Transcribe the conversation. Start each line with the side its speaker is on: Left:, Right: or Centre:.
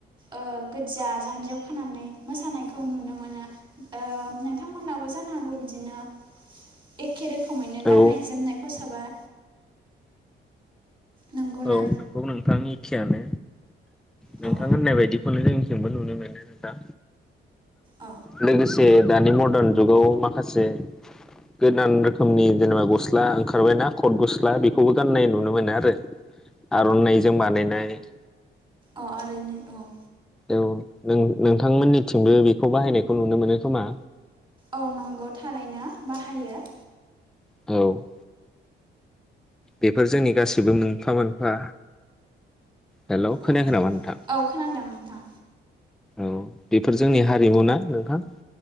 Right: ओ गोजजा जानजियाव खोनानानै मोसानायखौ नुनो मोनो ओ नोंथांमोनावबो जानो हागौ बिदिनो एख एखे रोखोमैनो
Centre: औ
Right: गाननाय जोमनाय फसाबा नंगौना?
Centre: औ नोंगौ नोंथांनि एखेयानो नोंथां
Right: औ
Centre: होननाय बायदिखौनो जों जोंबो नुनो मोनो नोंथां।
Right: औ
Centre: लोगोसे दानि मरदान जुगाव मा माखासे गोदान रोखोमनि जेनेबा गस्ला ओंखारबाय ना कट गस्ला बेखौबो गाननाय नुनो मोनो आरो आरनाइजों बानायनाय <unintelligible>
Right: अ आरनाइ औ।
Centre: औ नों नोंथांमोननिथिंबो बेखौ बाहायनायखौ नुनो मोनो खोमा?
Right: औ नंगौ थारैनो बाहायो।
Centre: औ बेफोर जोंनि गासिबो मोनफा मोनफा हेल
Right: औ
Centre: खोनायाखै नामा नोंथां?
Right: औ खोनादों नोंथां
Centre: औ बेफोर जोंनि हारिमु ना नोंथां?